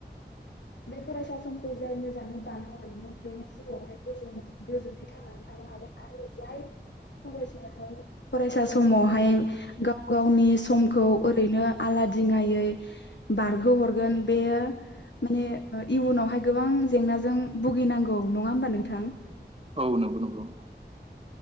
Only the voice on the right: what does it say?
औ नंगौ नंगौ